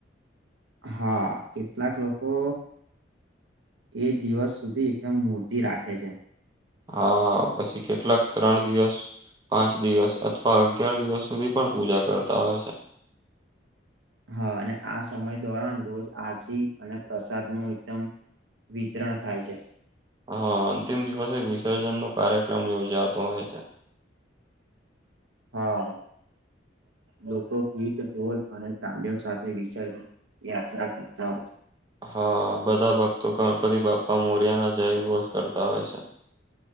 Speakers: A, on the right; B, on the right.
A: હા કેટલાક લોકો એક દિવસ સુધી એકદમ મૂર્તિ રાખે છે.
B: હા પછી કેટલાક ત્રણ દિવસ પાંચ દિવસ અથવા અગિયાર દિવસ સુધી પણ પૂજા કરતા હોય છે.
A: હા અને આ સમય દોરન રોજ આરતી અને પ્રસાદ નું એકદમ વિતરણ થાય છે.
B: હા અંતિમ દિવસે વિસર્જન નો કાર્યક્રમ યોજાતો હોય છે.
A: હા લોકો ગીત ધોલ અને તલીઓ સાથે વિસર્જન <inaudible>
B: હા બધા ભક્તો ગણપતિ બાપ્પા મોર્યાના જય ગોષ કરતા હોય છે.